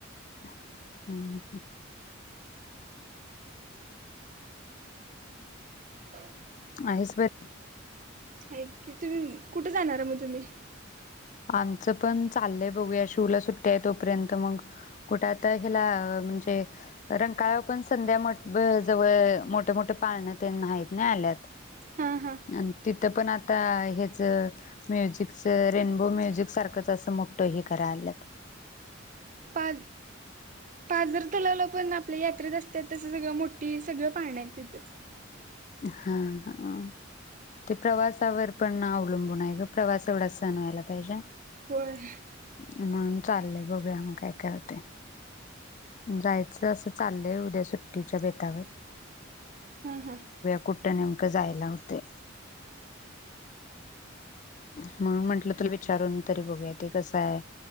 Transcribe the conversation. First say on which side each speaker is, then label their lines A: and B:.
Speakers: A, on the left; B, on the right.
A: हम्म ह
B: <inaudible>
A: आहेस बरी
B: हायत की तुम्ही कुठं जाणारा मग तुम्ही?
A: आमचं पण चाललंय बघू या शिवला सुट्ट्या आहे तोपर्यंत मग कुठ आता ह्याला म्हणजे रंकाळ्यावर पण संध्यामठ बर जवळ मोठ-मोठ पाळणं तेन हाईत नी आल्यात.
B: हां हां
A: आणि तिथं पण आ आता ह्याचं म्युझिकचं रेन हो म्युझिक सारखंच असं मोठं हे करा आणल्यात.
B: पा-पाजरतलावाला पण आपल्या यात्रेत असं त्यात तसं सगळं मोठी सगळं पाळण हाईत तिथं.
A: हा ह ते प्रवासावर पण अवलंबून आहे ग प्रवास एवढा सहन व्हायला पाहिजे.
B: होय
A: म्हणून चाललंय बघू या मग काय काय होतंय जायचं असं चाललंय उद्या सुट्टीच्या बेतावर
B: हा हा
A: कुट नेमकं जायला हुतय? म्हणून म्हंटलं तुला विचारून तरी बघूया ते कसं हाय?